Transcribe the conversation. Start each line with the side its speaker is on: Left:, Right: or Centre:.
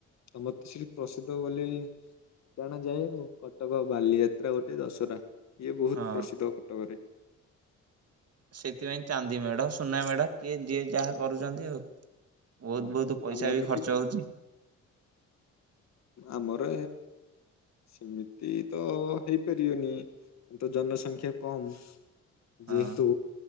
Left: ତମତେ ସେଠି ପ୍ରସିଦ୍ଧ ବୋଲି ଜଣା ଯାଏ ଆଉ କଟକ ବାଲିଯାତ୍ରା ଗୋଟେ ଦଶହରା ଇଏ ବହୁତ
Right: ହଁ
Left: ପ୍ରସିଦ୍ଧ କଟକରେ
Right: ସେଥିପାଇଁ ଚାନ୍ଦି ମେଢ ସୁନା ମେଢ କିଏ ଯିଏ ଯାହା କରୁଛନ୍ତି ଆଉ ବହୁତ
Left: ହଁ
Right: ବହୁତ ପଇସା
Left: ଆମର
Right: ବି
Left: ଏଠି
Right: ଖର୍ଚ୍ଚ ହଉଛି।
Left: ଆମର ସେମିତି ତ ହେଇପାରିବନି ତ ଜନସଂଖ୍ୟା କମ୍
Right: ହଁ।
Left: ଯେହେତୁ